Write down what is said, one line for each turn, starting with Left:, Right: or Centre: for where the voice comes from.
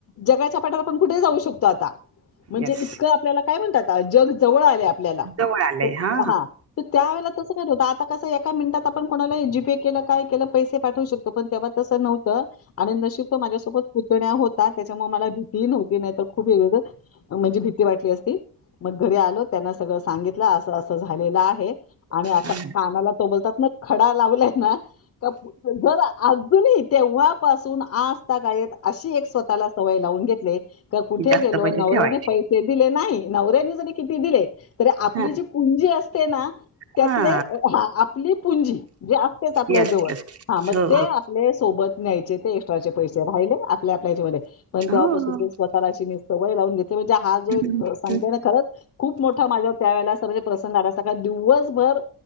Left: जगाच्या पाठीवर आपण कुठेही जाऊ शकतो आता म्हणजे
Right: येस
Left: इतकं आपल्याला काय म्हणतात आता जग जवळ आलंय आपल्याला
Right: जवळ आलंय हा
Left: हां त्यावेळेला तसं होत होतं आता कसं एका मिनिटात आपण कोणाला जीपे केलं काय केलं पैसे पाठवू शकतो पण तेव्हा तंसं नव्हतं. आणि नशीब तो माझ्यासोबत पुतण्या होता त्याच्यामुळे मला भीती नव्हती नाही तर खूप वेगळं म्हणजे भीती वाटली असती. मग घरी आलो त्यांना सगळं सांगितलं असं असं झालेलं आहे. आणि
Right: नव्हतं
Left: असा कानाला तो बोलतात ना खडा लावलाय ना जर अजून ही तेंव्हापासून आज तागायत अशी एक स्वतःला सवय लावून घेतले का कुठे
Right: की जास्त
Left: गेलो
Right: पैसे
Left: नवऱ्याने
Right: ठेवायचे
Left: पै से दिले नाही नवऱ्यानी जरी किती दिले तरी आपली
Right: हा
Left: जी पुंजी असते ना त्यातले
Right: हा
Left: आपली पुंजी जे असतेच आपल्या
Right: येस
Left: जवळ
Right: येस
Left: हा मग
Right: हो
Left: ते
Right: हो
Left: आपले सोबत न्यायचे ते एक्स्ट्राचे पैसे राहिले आपल्या आपल्याच्या मध्ये पण
Right: हो
Left: तेव्हापासून
Right: हो.
Left: ते स्वतःला अशी मी सवय लावून घेतली म्हणजे हा जो
Right: हम्म,
Left: एक सांगतोय
Right: हम्म.
Left: ना खरंच खूप मोठा माझ्या त्या वेळेला अस म्हणजे प्रसंग आला का दिवसभर